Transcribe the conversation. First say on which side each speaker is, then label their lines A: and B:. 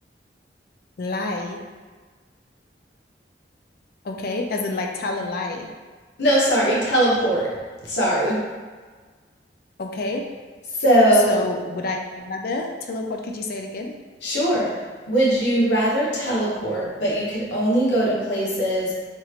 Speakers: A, on the left (about 55°); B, on the left (about 80°).
A: Lie. Okay. As in like tell a lie.
B: No, sorry, teleport. Sorry.
A: Okay.
B: So,
A: So would I rather tell a pod? Could you say it again?
B: sure. Would you rather teleport, but you could only go to places